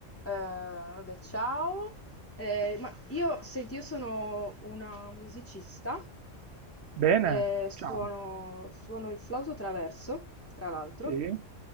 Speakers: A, on the left; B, on the right.
A: Eh, vabbè, ciao. Eh, ma io, senti, io sono una musicista,
B: Bene,
A: eh, suono,
B: ciao.
A: suono il flauto traverso, tra l'altro,
B: Sì.